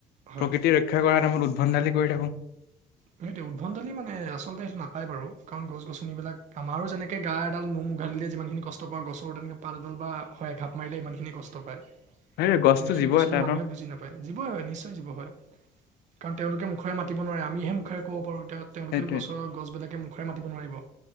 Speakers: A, on the right (about 45°); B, on the left (about 75°).
A: হয়
B: প্ৰকৃতিৰ ৰক্ষা কৰাৰ নামত উদ্ভণ্ডালি কৰি থাকো।
A: সেইটোৱে উদ্ভণ্ডালি মানে আচলতে সেইটো নাপাই বাৰু কাৰণ গছ গছনিবিলাক আমাৰো যেনেকে গা এডাল নোম উঘালিলে যিমান খিনি কষ্ট পাওঁ গছৰ তেনেকে পাত এডাল বা হয় এঘাপ মাৰিলে হিমান খিনি কষ্ট পায়।
B: সেইটোৱে গছটো
A: কিন্তু, সেই
B: জীৱ
A: বস্তুটো
B: এটা
A: মানুহে
B: ন
A: বুজি নাপায়। জীৱই হয়। নিশ্চয় জীৱ হয়। কাৰণ তেওঁলোকে মুখৰে মাব নোৱাৰে আমিহে মুখেৰে ক'ব পাৰো এতিয়া তেওঁলোকেতো
B: সেইটোৱে
A: গছৰ-গছ বিলাকে মুখৰে মাতিব নোৱাৰিব